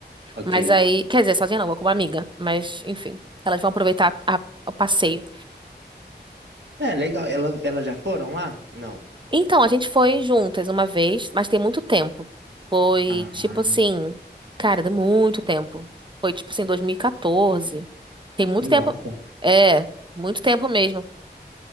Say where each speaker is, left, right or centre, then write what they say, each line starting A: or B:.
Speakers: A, on the right (about 75°); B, on the right (about 25°).
A: Ok.
B: Mas aí, quer dizer, sozinha não, vou com uma amiga, mas enfim, elas vão aproveitar a- o passeio.
A: É, legal. Ela, elas já foram lá? Não.
B: Então, a gente foi juntas uma vez, mas tem muito tempo. Foi
A: Ah,
B: tipo assim, cara, deu muito tempo. Foi tipo assim, 2014. Tem muito
A: nossa.
B: tempo. É, muito tempo mesmo.